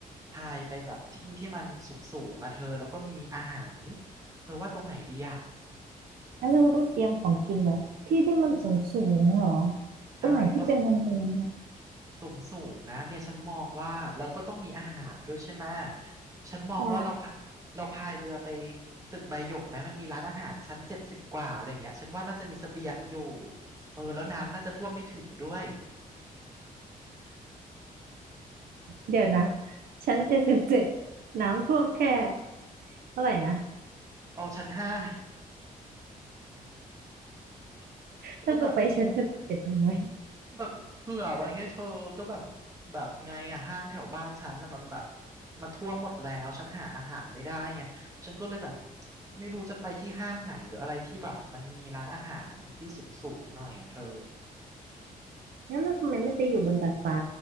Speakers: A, on the right; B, on the right.
A: พายไปแบบที่ที่มันสูงสูงอะเธอแล้วก็มีอาหารเธอว่าตรงไหนดีอะ
B: แล้วเราต้องเตรียมของกินไว้ที่ที่มันสูงสูงเหรอ
A: ใช่เพราะ
B: ตรงไหนที่เป็นเนินๆนะ
A: สูงสูงนะเนี่ยฉันมองว่าแล้วก็ต้องมีอาหารด้วยใช่ไหมฉันมองว่าเราพักเราพายเรือไป
B: ใช่
A: ตึกใบหยกไหมมันมีร้านอาหารชั้นเจ็ดสิบกว่าอะไรอย่างเงี้ยฉันว่าน่าจะมีเสบียงอยู่เออแล้วน้ำน่าจะท่วมไม่ถึงด้วย
B: เดี๋ยวนะชั้นเจ็ดสิบเจ็ดน้ำท่วมแค่เท่าไหร่นะ
A: เอาชั้นห้า <laughs>
B: ถ้าจะไปชั้นเจ็ดสิบเจ็ดทำไม
A: ก็แบบแบบเผื่อไว้ไงเธอก็แบบแบบไงอะห้างแถวบ้านฉันน่ะมันแบบมันท่วมหมดแล้วฉันหาอาหารไม่ได้ไงฉันก็เลยแบบไม่รู้จะไปที่ห้างไหนหรืออะไรที่แบบมันมีร้านอาหารที่สูงสูงหน่อยอ่ะเธอ
B: งั้นเราทำไมไม่ไปอยู่บนดาดฟ้า